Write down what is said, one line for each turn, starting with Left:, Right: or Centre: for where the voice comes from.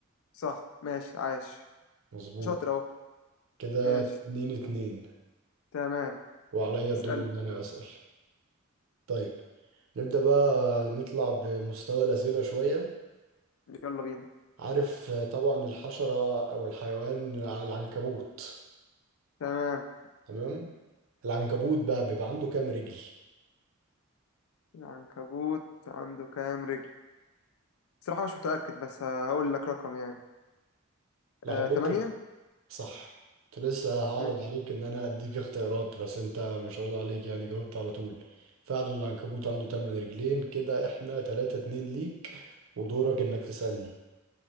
Left: صح ماشي عاش
Right: مظبوط
Left: شاطر أهو
Right: كده
Left: ماشي
Right: اتنين اتنين
Left: تمام
Right: وعليا الدور
Left: اسألني
Right: ان انا اسأل طيب نبدأ بقى نطلع بمستوى الأسئلة شوية
Left: يلا بينا
Right: عارف آه، طبعا الحشرة او الحيوان على العنكبوت
Left: تمام
Right: تمام العنكبوت بقى بيبقى عنده كام رجل
Left: العنكبوت عنده كام رجل صراحة مش متأكد بس هقول لك رقم يعني
Right: لو
Left: آه،
Right: حبيت
Left: تمانية
Right: صح كنت لسه هعرض
Left: ماشي
Right: عليك ان انا اديك اختيارات بس انت ما شاء الله عليك يعني جاوبت على طول فعلا العنكبوت عنده تمن رجلين كده احنا تلاتة اتنين ليك ودورك انك تسألني